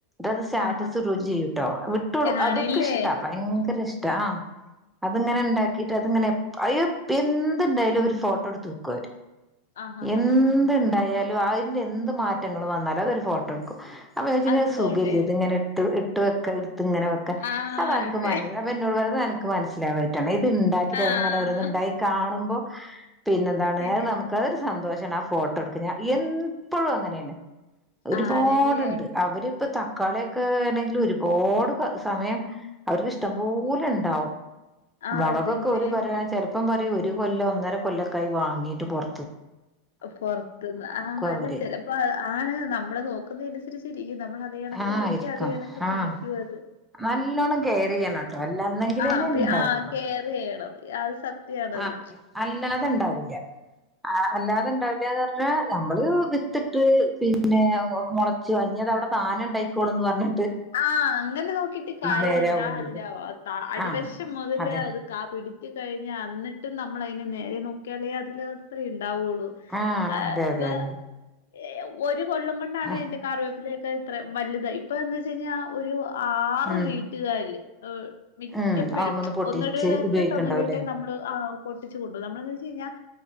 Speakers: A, in the centre; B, on the left.
A: അത് സ്റ്റാറ്റസ്
B: ആഹാ
A: ഇടോം ചെയ്യൂട്ടോ വിട്ട് കൊടു
B: ആണില്ലേ
A: അതൊക്കെ ഇഷ്ടാ ഭയങ്കര ഇഷ്ട ആ അത്ങ്ങനെ ഇണ്ടാക്കി അതങ്ങനെ അയ്യ എന്ത്ണ്ടായാലും ഒരു ഫോട്ടോ ട്ത്ത് ക്കൊര്
B: ആഹാഹാഹാഹാ
A: എന്ത്ണ്ടായാലും അഅ് ന്റെ ന്ത് മാറ്റങ്ങള് വന്നാലും അതൊരു ഫോട്ടോ ട്ക്കും <unintelligible>
B: അത് ഫോട്ടോ
A: സുഖല്ല്യ
B: എടുക്കും
A: ഇത് ഇങ്ങനിട്ട് ഇ ത്ത് വെക്കെ ഇത്ങ്ങനെ വെക്ക
B: ആഹ്
A: അതൻക്ക്
B: അതെ
A: മന അപ്പന്നോട് പറ അതൻക്ക് മനസ്സി <unintelligible> ഇണ്ടാക്കിട്ട
B: ആഹ്
A: യ്മെന്നിങ്ങനെ ഓരോന്ന് ഇണ്ടായി കാണുമ്പോ പിന്നെന്താണ്
B: പിന്നെ
A: അഅ് നമുക്ക് അതൊരു സന്തോഷാണ് ഫോട്ടോ ട്ക്ക ഞ എൻപ്പോഴും അങ്ങനെന്നേ ഒരുപാട്
B: ആണ്ല്ലേ
A: ണ്ട്ണ്ട് അവരിപ്പം ത കളിയൊക്കെ ആണെങ്കിൽ ഒരുപാട് സമയം അവര്ക്കിഷ്ടംപോലെ ഇണ്ടാവും
B: ആഹ്
A: മുളകൊക്കെ
B: പിന്നെ
A: ഒരു പറയാ ചെല ഇപ്പം പറയും ഒരു കൊല്ലൊ ഒന്നര കൊല്ലൊക്കായി വങ്ങിട്ട് പൊർ
B: പൊറത്ത്ന്ന് ആ അല്ല
A: അവര്
B: ചെലപ്പോ ആണ് നമ്മള് നോക്കുന്നേന് അത് ശെരി റ്റിക്ക് നമ്മളെ അതേണക്ക്
A: ആഹ്
B: നോക്യാ
A: ഇരിക്കും
B: അതേണക്ക്
A: ആഹ്
B: പിടിക്കുഅത്
A: നല്ലോണം കെയറെയ്യണട്ടോ അല്ലന്നെങ്കിലെന്നെ
B: ആഹ്
A: ഇണ്ടാവൊള്ളു
B: ആഹ് കെയറെയ്യണം അത് സത്യാണത്
A: ആ അല്ല അത്ണ്ടാവുല അ അല്ലാതെ ണ്ടാവുല പർഞ്ഞ നമ്മള് ത്തിട്ട് പിന്നെ മൊളച്ചു ഇഞ്ഞതവിടെ താനെ ഇണ്ടായിക്കോളുന്ന് പർഞ്ഞ
B: ആ അങ്ങനെ നോക്കിട്ട് കാര്യ
A: നേരാവൊന്നുല്ല
B: ല്ലടാ അതി അടിവശം
A: ആഹ്
B: മൊതല്
A: അതെ
B: അത് കാ പിടിച്ച് കഴിഞ്ഞ വന്നിട്ടും നമ്മള് അയിന് നേരെ നോക്യാലേ അതില് <unintelligible> ഉണ്ടാവുള്ളൂ
A: ആഹ്
B: എ
A: അതെ അതെ
B: ദ്
A: അതെ
B: ഏ ഒര് ഒരു കൊല്ലം കൊണ്ടാണ്
A: ആഹ്
B: എന്റെ കാറിവേപ്പിലേ <inaudible> ത്ര വലുതായി ഇപ്പം എന്ന് ശനിയാവ് ഒരു ആറ്
A: ഉം
B: വീട്ടുക്കാര് ൾ മിക്കപ്പോഴും
A: ഉം അവുമ്മന്ന് പൊട്ടിച്ച്
B: ഒന്നിടവിട്ട്
A: ഉപയോഗിക്ക്ണ്ടാവുംല്ലേ
B: ഒന്നിടവിട്ട് നമ്മള് ആ പൊട്ട് വ കൊ നമ്മളന്ന് വെച്ച് കഴിഞ്ഞാൽ